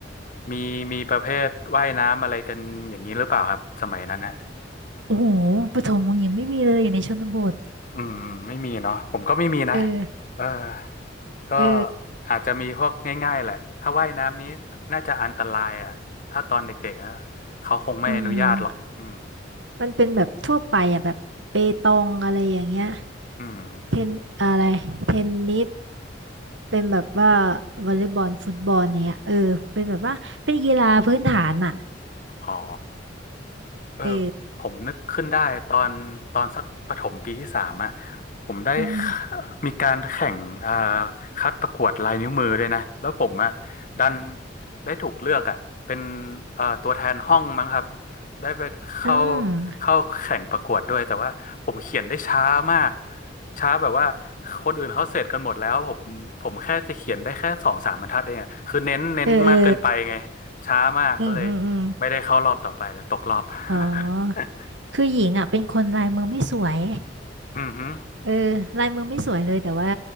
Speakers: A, on the left; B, on the right.
A: มีมีประเภทว่ายน้ำอะไรกันอย่างนี้หรือเปล่าครับสมัยนั้นนะ
B: โอ้โหปฐมของหญิงไม่มีเลยอยู่ในชนบท
A: อืมไม่มีเนาะผมก็ไม่มีนะ
B: เออ
A: เออ ก็
B: เออ
A: อาจจะมีพวกง่ายๆแหละ ถ้าว่ายน้ำนี้น่าจะอันตรายอ่ะถ้าตอนเด็กๆนะเขาคงไม่อนุญาตหรอก
B: อืม
A: อืม
B: มันเป็นแบบทั่วไปอ่ะแบบเปตองอะไรอย่างเงี้ย
A: อืม
B: เทนอะไรเทนนิสเป็นแบบว่าวอลเลย์บอลฟุตบอลเนี้ยเออเป็นแบบว่าเป็นกีฬาพื้นฐานอ่ะ
A: อ๋อ เออ
B: เออ
A: ผมนึกขึ้นได้ตอนตอนสักประถมปีที่สามอ่ะผมได้
B: อืม
A: มีการแข่งอ่าคัดประกวดลายนิ้วมือด้วยนะแล้วผมอ่ะดันได้ถูกเลือกอ่ะเป็นเอ่อตัวแทนห้องมั้งครับได้ไปเข้า
B: อืมอืม
A: เข้าแข่งประกวดด้วยแต่ว่าผมเขียนได้ช้ามากช้าแบบว่าคนอื่นเขาเสร็จกันหมดแล้วผมผมแค่จะเขียนได้แค่สองสามบรรทัดเองอะคือเน้นเน้นมากเกินไปไง
B: เออเออ
A: ช้ามากก็เลย
B: อืมอืมอืม
A: ไม่ได้เข้ารอบต่อไปเลยตกรอบ
B: อ๋อ
A: <laughs>
B: คือหญิงอ่ะเป็นคนลายมือไม่สวย
A: อืมฮึ
B: เออลายมือไม่สวยเลยแต่ว่า